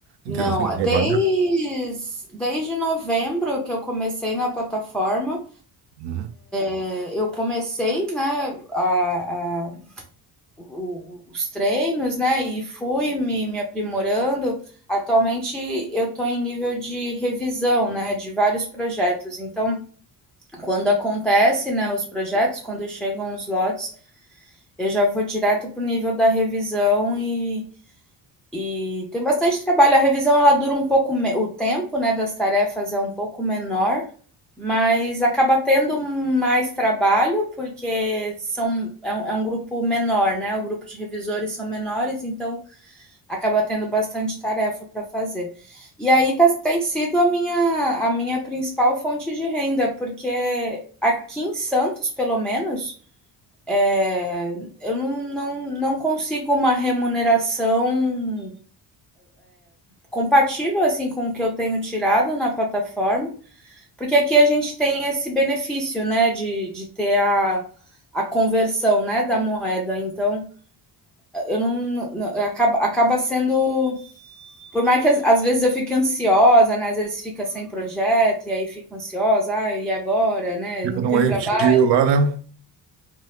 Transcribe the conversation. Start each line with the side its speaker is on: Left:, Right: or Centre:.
Right: intenção
Centre: Não,
Right: de trabalhar?
Centre: desde desde novembro que eu comecei na plataforma,
Right: Uhum.
Centre: eh, eu comecei, né, a a o- os treinos, né? E fui me, me aprimorando. Atualmente eu estou em nível de revisão, né? De vários projetos. Então, quando acontece, né? Os projetos, quando chegam os lotes, eu já vou direto para o nível da revisão e e tem bastante trabalho. A revisão ela dura um pouco me... o tempo, né, das tarefas é um pouco menor, mas acaba tendo mais trabalho porque são é um, é um grupo menor, né? O grupo de revisores são menores, então acaba tendo bastante tarefa para fazer. E aí tá, tem sido a minha a minha principal fonte de renda, porque aqui em Santos, pelo menos, é, eu não, não, não consigo uma remuneração compatível assim com o que eu tenho tirado na plataforma, porque aqui a gente tem esse benefício, né, de, de ter a, a conversão, né, da moeda. Então, eu não, não acaba, acaba sendo por mais que às vezes eu fique ansiosa, né? Às vezes fica sem projeto e aí fico ansiosa, ah, e agora, né?
Right: Tipo,
Centre: Não
Right: não
Centre: tem
Right: é
Centre: trabalho,
Right: lá, né?